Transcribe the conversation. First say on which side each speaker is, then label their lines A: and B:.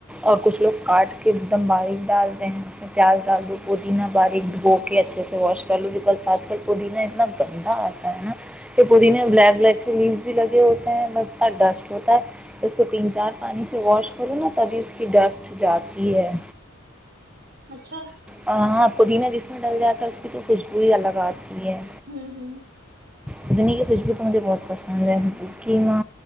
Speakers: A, in the centre; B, on the right.
A: اور کچھ لوگ کاٹ کے ایک دم باریک ڈالتے ہیں اس میں پیاز ڈال لو پودینہ باریک دھو کے اچھے سے واش کر لوں بکس آج کل پودینہ اتنا گندہ آتا ہے ا کہ پودینے بلیک بلیک سے لییوز بھی لگے ہوتے ہیں ب ڈسٹ ہوتا ہے اس کو تین چار پانی سے واش کروں نا تبھی اس کی ڈسٹ جاتی ہے
B: اچھا
A: ہاں پودینہ جس میں ڈل جاتا ہے اس کی تو خوشبو ہی الگ آتی ہے
B: ہوں ہوں
A: پودنی کی خوشبو تو مجھے بہت پسند ہے <inaudible> کیاں